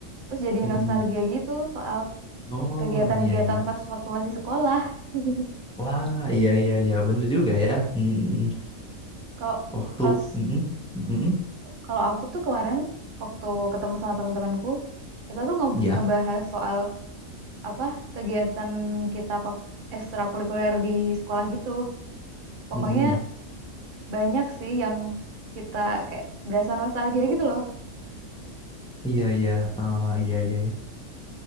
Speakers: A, on the right; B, in the centre.
A: Terus jadi
B: Mm-mm.
A: nostalgia gitu soal
B: Oh,
A: kegiatan-kegiatan
B: iya iya.
A: pas waktu masih sekolah. <laughs>
B: Wah, iya iya iya, bener juga ya. Mm-mm.
A: Kalau
B: Waktu
A: pas
B: mm-mm, mm-mm,
A: kalau aku tuh kemarin waktu ketemu sama teman-temanku, kita tuh nge-
B: ya.
A: ngebahas soal apa kegiatan kita pak ekstrakurikuler di sekolah gitu. Pokoknya
B: Mm-mm.
A: banyak sih yang kita kayak berasa nostalgia gitu loh.
B: Iya iya. Ah, iya iya iya.